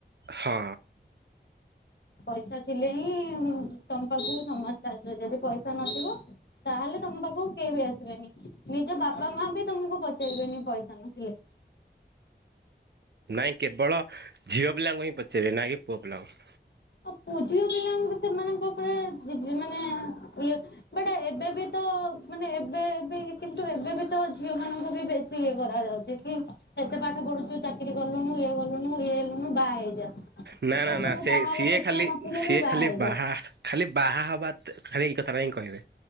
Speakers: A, on the right; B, on the left.
A: ହଁ।
B: ପଇସା ଥିଲେ ହିଁ ତମ ପାଖକୁ ସମସ୍ତେ ଆସିବ ଯଦି ପଇସା ନଥିବ ତାହେଲେ ତମ ପାଖକୁ କେହି ବି ଆସିବେନି ନିଜ ବାପା ମା ବି ତମକୁ ପଚାରିବେନି ପଇସା ନଥିଲେ।
A: ନାଇଁ କେବଳ ଝିଅ ପିଲାଙ୍କୁ ହିଁ ପଚାରିବେ ନାଇଁ କି ପୁଅ ପିଲାଙ୍କୁ।
B: ଅ ପୁ ଝିଅ ପିଲାଙ୍କୁ ସେମାନଙ୍କ ଉପରେ <unintelligible> ମାନେ ଇଏ ବଟ ଏବେ ବି ତ ମାନେ ଏବେ ବି କିନ୍ତୁ ଏବେ ବି ତ ଝିଅ ମାନଙ୍କୁ ବି ବେଶୀ ଇଏ କରାଯାଉ ଦେଖି କେତେ ପାଠ ପଢୁଛୁ ଚାକିରି କଲୁନୁ ଇଏ ଗଲୁନୁ ଇଏ ହେଲୁ ବାହା ହେଇଯାଏ
A: ନା
B: ଝିଅଙ୍କର
A: ନା ନା ସେ
B: ବାହା ହବାର
A: ସିଏ
B: ଇଚ୍ଛା
A: ଖାଲି
B: ନଥିଲେ
A: ସିଏ
B: ବି
A: ଖାଲି
B: ହେଇଯା
A: ବାହା ଖାଲି ବାହା ହେବା ଖାଲି ଏଇ କଥାଟି ହିଁ କହିବେ।